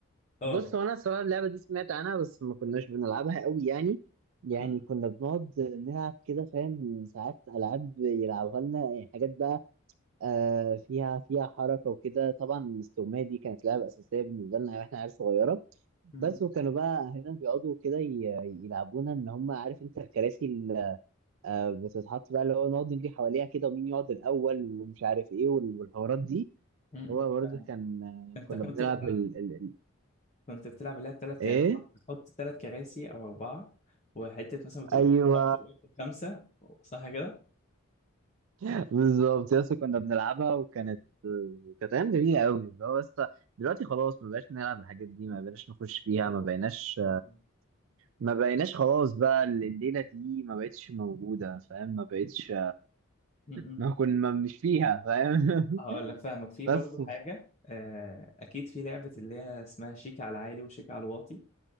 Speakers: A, on the left (about 30°); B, on the right (about 65°).
A: اه
B: بص هو انا الصراحه اللعبه دي سمعت عنها بس ما كناش بنلعبها قوي يعني يعني
A: م-
B: كنا بنقعد نلعب كده فاهم ساعات العاب يلعبوها لنا يعني حاجات بقى آه فيها فيها حركه وكده طبعا الاستغمايه دي كانت لعبه اساسيه بالنسبه لنا واحنا عيال صغيره
A: م-
B: بس
A: م-
B: وكانوا بقى اهلنا بيقعدوا كده ي- يلعبونا ان هم عارف انت الكراسي اللي آه بتتحط بقى اللي هو نقعد نجري حواليها كده ومين يقعد الاول ومش عارف ايه وال- والحوارات دي
A: م-
B: هو برضه
A: م.
B: كان آه،
A: انت
B: كنا
A: كنت
B: بنلعب
A: بتلعب
B: ال... ال... ال...
A: كنت بتلعب اللي هي بثلاث كراسي
B: ايه
A: بتحط ثلاث كراسي او اربعه وحته مثلا بتقول
B: ايوه
A: بتقول خمسه صح كده
B: <laughs> بالظبط يس كنا بنلعبها وكانت كانت ايام جميله قوي اللي هو بس دلوقتي خلاص ما بقاش نلعب الحاجات دي ما بقيناش نخش فيها
A: طب
B: ما بقيناش
A: م-
B: ما بقيناش خلاص بقى الليله دي ما بقتش موجوده فاهم ما بقتش
A: م- م.
B: ما كنا مش فيها فاهم
A: هقول
B: <laughs>
A: لك فاهمك في برضو
B: بس
A: حاجة آه، أكيد في لعبة اللي هي اسمها شيك على عالي وشيك على واطي